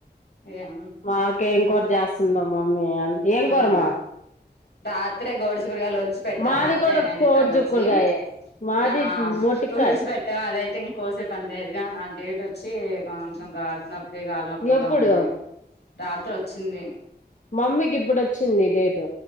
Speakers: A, on the left; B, on the left.
A: ఏం
B: మాకేం కూర చేస్తుందో మమ్మీ. ఏం
A: ఉమ్
B: కూర మా.
A: రాత్రే గోడ్చిక్కుడుకాయలు వొ ల్చి పెట్టాము
B: మాది
A: అత్తయ్య,
B: కూడా
A: నేను
B: కోడి
A: ఇద్దరం కలిసి
B: చిక్కుడుకాయే మాది
A: ఆ
B: మొటికాయ్
A: వొల్చి పెట్టాము అదైతే ఇం కోసే పని లేదుగా నాకు డేట్ వచ్చి కొంచెం గాడ్పునోప్ ప్పి కాళ్ళ నొప్పులుగా
B: ఎప్పుడు
A: ఉన్నాయి. రాత్రి వచ్చింది.
B: మమ్మీకి ఇప్పుడు వచ్చింది డేటు.